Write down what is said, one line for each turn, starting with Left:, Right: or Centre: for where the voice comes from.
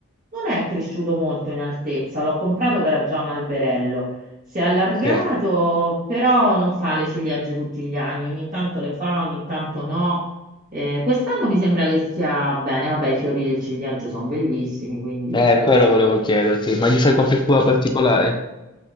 Right: non è cresciuto molto in altezza, l'ho comprato che era già un alberello. Si è allargato,
Left: Sì.
Right: però non fa le ciliegie tutti gli anni, ogni tanto le fa, ogni tanto no. Eh, quest'anno mi sembra che stia bene, vabbè, i fiori del ciliegio sono bellissimi, quindi
Left: Eh, quello volevo chiederti, ma gli fai qualche
Right: sì.
Left: cura particolare?